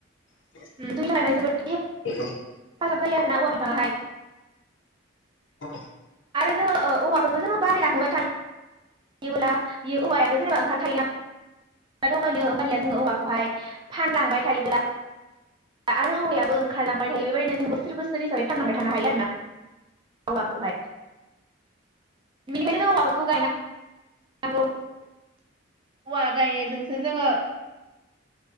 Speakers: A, on the left; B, on the right.
A: <unintelligible>
B: ओम जोंनि थाखाय जोबोद हेफाजाब
A: बेबो
B: जायो आरोना औवा बिफाङाहाय
A: औ।
B: आरो जोङो औवाफोरखौ जोङो बारायलां होबाय थायो बियोब्ला बेयो औवायाथ' <unintelligible> जावगायनो होमबानिया जोङो औवाखौहाय फानलांबाय थायोब्ला आरो औवायाबो ओंखारलांबाय थायो बेबायदिनो जों बोसोर बोसोर हिसाबै फानलांबाय थानो हायो आरोना औवाखौहाय बेखायनो औवाफोरखौ गायना नौ औवा गायनायजोंसो जोङो